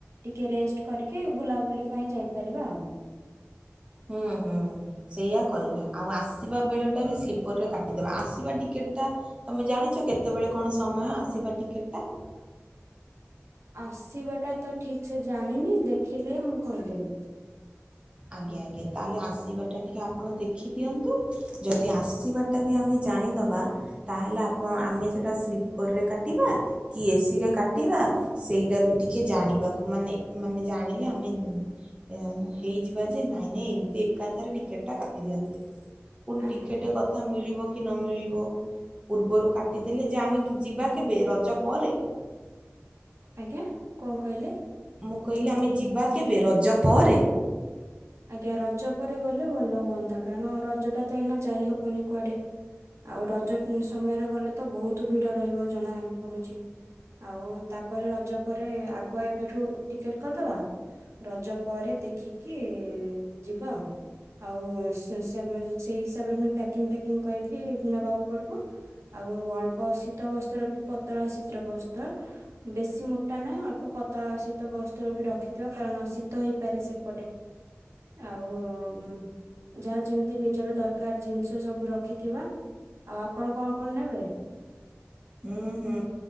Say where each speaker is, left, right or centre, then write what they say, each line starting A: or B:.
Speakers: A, on the right (about 75°); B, on the right (about 25°).
A: ଟିକେ ରେଷ୍ଟ କରିକି ବୁଲାବୁଲି ପାଇଁ ଯାଇପାରିବା ଆଉ।
B: ହୁଁ ହୁଁ ସେଇଆା କରିବା ଆଉ ଆସିବା ବେଳଟା ବି ସ୍ଲିପରରେ କାଟିଦବା ଆସିବା ଟିକେଟ ଟା ତମେ ଜାଣିଛ କେତେବେଳେ କଣ ସମୟ ଆସିବା ଟିକେଟ ଟା?
A: ଆସିବା ଟା ତ ଠିକ ସେ ଜାଣିନି ଦେଖିଲେ ମୁଁ କହିଦେବି।
B: ଆଜ୍ଞା ଆଜ୍ଞା। ତାହେଲେ ଆସିବା ଟା ଟିକେ ଆପଣ ଦେଖିଦିଅନ୍ତୁ ଯଦି ଆସିବା ଟା ବି ଆମେ ଜାଣିଦବା ତାହେଲେ ଆପ ଆମେ ସେଇଟା ସ୍ଲିପରରେ କାଟିବା କି ଏ ସି ରେ କାଟିବା ସେଇଟା ବି ଟିକେ ଜାଣିବାକୁ ମାନେ ମାନେ ଜାଣିଲେ ଆମେ ଏଁ ହେଇଯିବା ଯେ ନାଇଁ ନାଇଁ ଏମତି ଏକାଥରେ ଟିକେଟ ଟା କାଟି ଦିଅନ୍ତେ। ପୁଣି
A: ଆଜ୍ଞା
B: ଟିକେଟ କଥା ମିଳିବ କି ନ ମିଳିବ। ପୂର୍ବରୁ କାଟିଦେଲେ ଯେ ଆମେ ଯିବା କେବେ ରଜ ପରେ?
A: ଆଜ୍ଞା କଣ କହିଲେ?
B: ମୁଁ କହିଲି ଆମେ ଯିବା କେବେ ରଜ ପରେ?
A: ଆଜ୍ଞା ରଜ ପରେ ଗଲେ ଭଲ ହୁଅନ୍ତା କାରଣ ରଜ ଟା ତ ଏଇନା ଯାଇ ହବନି କୁଆଡେ ଆଉ ରଜ ଉଁ ସମୟରେ ଗଲେ ତ ବହୁତ ଭିଡ ରହିବ ଜଣା ପଡୁଚି। ଆଉ ତାପରେ ରଜ ପରେ ଆଗୁଆ ଏବେଠୁ ଟିକେଟ କରିଦବା ରଜ ପରେ ଦେଖିକି ଯିବା ଆଉ। ଆଉ ସେ-ସେ-ସେମି ସେଇ ହିସାବରେ ପୁଣି ପ୍ୟାକିଙ୍ଗ ଫ୍ୟାକିଙ୍ଗ କରିକି ନବାକୁ ପଡିବ। ଆଉ ଅଳ୍ପ ଶୀତ ବସ୍ତ୍ର ର ବି ପତଳା ଶୀତ୍ର ବସ୍ତ୍ର ବେଶୀ ମୋଟା ନାହିଁ ଅଳ୍ପ ପତଳା ଶୀତ ବସ୍ତ୍ର ବି ରଖିଥିବା କାରଣ ଶୀତ ହେଇପାରେ ସେପଟେ। ଆଉ ଉଁ ଯାହା ଯେମିତି ନିଜର ଦରକାର ଜିନିଷ ସବୁ ରଖିଥିବା ଆଉ ଆପଣ କଣ କଣ ନେବେ?
B: ହୁଁ ହୁଁ